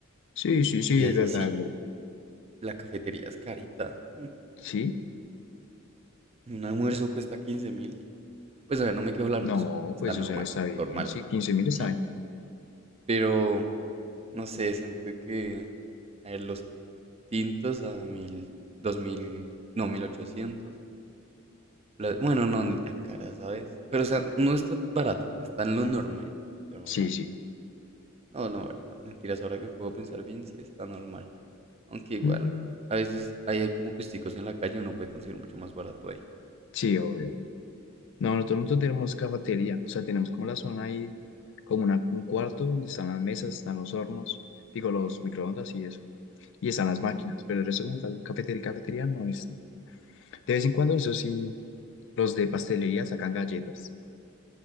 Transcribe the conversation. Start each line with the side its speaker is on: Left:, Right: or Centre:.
Left: Sí, sí, sí,
Right: Y
Left: es
Right: eso
Left: verdad,
Right: sí,
Left: es verdad.
Right: la cafetería es carita. Mm,
Left: ¿Sí?
Right: Un almuerzo cuesta quince mil. Pues a ver, no me quejo el almuerzo.
Left: No,
Right: Está
Left: pues,
Right: normal,
Left: o sea, está bien.
Right: normal.
Left: Sí, 15 mil está
Right: Sí,
Left: bien.
Right: pero no sé, siento que. A ver, los tintos a mil, dos mil, no, mil ochocientos La- bueno, no, ni tan cara, ¿sabes? Pero, o sea, no está barato, está en lo normal, lo normal.
Left: Sí, sí.
Right: No, no, verdad, mentiras, ahora que puedo pensar bien, sí está normal. Aunque igual,
Left: Mm,
Right: a veces hay como puesticos en la calle, uno puede conseguir mucho más barato ahí.
Left: sí, obvio. No, nosotros, nosotros tenemos cafetería. O sea, tenemos como la zona ahí, como una- un cuarto donde están las mesas, están los hornos, digo, los microondas y eso. Y están las máquinas. Pero el resto como tal, cafetería, cafetería no es. De vez en cuando, eso sí, los de pastelería sacan galletas.